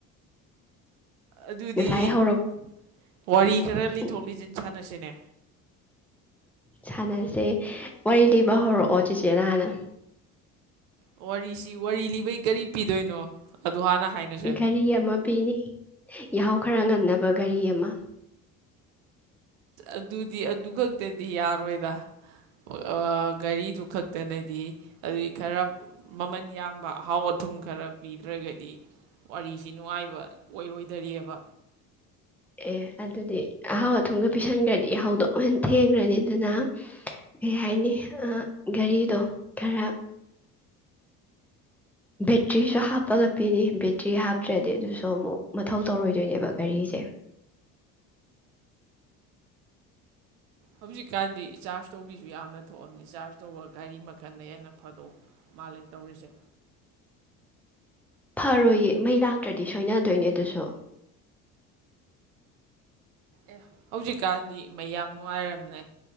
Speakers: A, on the right; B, in the centre.
A: ꯑꯗꯨꯗꯤ꯫
B: ꯉꯁꯥꯏ ꯍꯧꯔꯛ
A: ꯋꯥꯔꯤ ꯈꯔ ꯂꯤꯊꯣꯛ
B: ꯎꯝ,
A: ꯂꯤꯁꯤꯟ ꯁꯥꯟꯅꯁꯦ꯫ ꯅꯦ꯫
B: ꯁꯥꯟꯅꯁꯦ ꯋꯥꯔꯤ ꯂꯤꯕ ꯍꯧꯔꯛꯑꯣ ꯆꯦꯆꯦꯅ ꯍꯥꯟꯅ꯫
A: ꯋꯥꯔꯤꯁꯤ ꯋꯥꯔꯤ ꯂꯤꯕꯩ ꯀꯔꯤ ꯄꯤꯗꯣꯏꯅꯣ꯫ ꯑꯗꯨ ꯍꯥꯟꯅ ꯍꯥꯏꯅꯁꯦ
B: ꯘꯔꯤ ꯑꯃ ꯄꯤꯅꯤ ꯌꯥꯍꯧ ꯈꯔ ꯉꯟꯅꯕ ꯘꯔꯤ ꯑꯃ꯫
A: ꯑꯗꯨꯗꯤ ꯑꯗꯨ ꯈꯛꯇꯗꯤ ꯌꯥꯔꯣꯏꯗ꯫ ꯑꯣ ꯘꯔꯤꯗꯨ ꯈꯛꯇꯅꯗꯤ ꯑꯗꯨꯗꯤ ꯈꯔ ꯃꯃꯟ ꯌꯥꯝꯕ ꯑꯍꯥꯎ ꯑꯊꯨꯝ ꯈꯔ ꯄꯤꯗ꯭ꯔꯒꯗꯤ꯫ ꯋꯥꯔꯤꯁꯤ ꯅꯨꯡꯉꯥꯏꯕ ꯑꯣꯏꯔꯣꯏ꯫ ꯀꯔꯤꯕ꯫
B: ꯑꯦ ꯑꯗꯨꯗꯤ ꯑꯍꯥꯎ ꯑꯊꯨꯝꯒ ꯄꯤꯁꯟꯈ꯭ꯔꯗꯤ ꯌꯥꯍꯧꯗꯣ ꯑꯃꯨꯛ ꯍꯦꯟꯅ ꯊꯦꯡꯈ꯭ꯔꯅꯤ ꯑꯗꯨꯅ ꯀꯩ ꯍꯥꯏꯅꯤ ꯑ ꯘꯔꯤꯗꯣ ꯈꯔ꯫ ꯕꯦꯇ꯭ꯔꯤꯁꯨ ꯍꯥꯞꯄꯒ ꯄꯤꯅꯤ ꯕꯦꯇ꯭ꯔꯤ ꯍꯥꯞꯇ꯭ꯔꯗꯤ ꯑꯗꯨꯁꯨ ꯑꯃꯨꯛ ꯃꯊꯧ ꯇꯧꯔꯣꯏꯗꯣꯏꯅꯦꯕ ꯘꯔꯤꯁꯦ꯫
A: ꯍꯧꯖꯤꯛꯀꯥꯟꯗꯤ ꯆꯥꯔꯖ ꯇꯧꯕꯤꯁꯨ ꯌꯥꯝꯅ ꯊꯣꯛꯑꯕꯅꯤ ꯆꯥꯔꯖ ꯇꯧꯕ ꯒꯥꯔꯤ ꯃꯈꯜꯅ ꯍꯦꯟꯅ ꯐꯗꯣꯛ ꯃꯥꯜꯂꯦ ꯇꯧꯔꯤꯁꯦ꯫
B: ꯐꯔꯣꯏꯌꯦ ꯃꯩ ꯂꯥꯛꯇ꯭ꯔꯗꯤ ꯁꯣꯏꯅꯗꯣꯏꯅꯦ ꯑꯗꯨꯁꯨ꯫
A: ꯑꯦ ꯍꯧꯖꯤꯛꯀꯥꯟꯗꯤ ꯃꯩ ꯌꯥꯝ ꯅꯨꯡꯉꯥꯏꯔꯕꯅꯦ